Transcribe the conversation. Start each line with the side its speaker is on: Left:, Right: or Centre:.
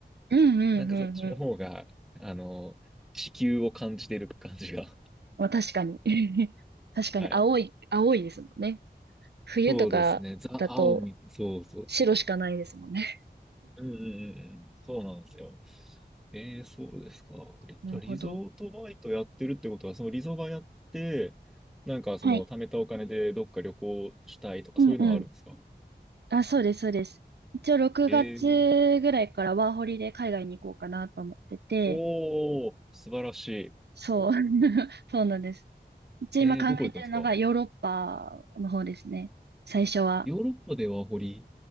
Right: うん、うん、
Centre: なんかそっちの方が、
Right: うん。うん
Centre: あの、地球を感じてる感じが。
Right: まあ、確かに。<laughs> 確かに、
Centre: はい。
Right: 青い、青いですもんね。冬とかだと、
Centre: そうですね、ザ・青み、そうそうそう。
Right: 白しかないですもんね。
Centre: うんうんうんうん、そうなんですよ。えー、そうですか。
Right: <laughs>
Centre: リ、
Right: なるほど。
Centre: じゃあリゾートバイトやってるってことは、そのリゾバやって、なんかその貯めたお金でどっか旅行したいとかそういうのがあるんですか
Right: はい。うんうん。あ、そうです、そうです。一応6月
Centre: えー、
Right: ぐらいからワーホリで海外に行こうかなと思ってて、
Centre: おー、素晴らし
Right: そう。<laughs> そうなんです。一応今考えてるのがヨーロッパの方ですね。
Centre: い。えー、どこ行くんですか
Right: 最初は。
Centre: ヨーロッパではホリ